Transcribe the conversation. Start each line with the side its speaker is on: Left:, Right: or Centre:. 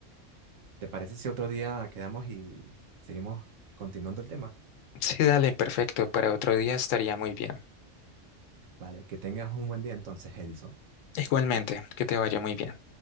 Right: ¿Te parece si otro día quedamos y seguimos continuando el tema?
Left: Sí, dale, perfecto. Para otro día estaría muy bien.
Right: Vale, que tengas un buen día entonces, Edison.
Left: Igualmente, que te vaya muy bien.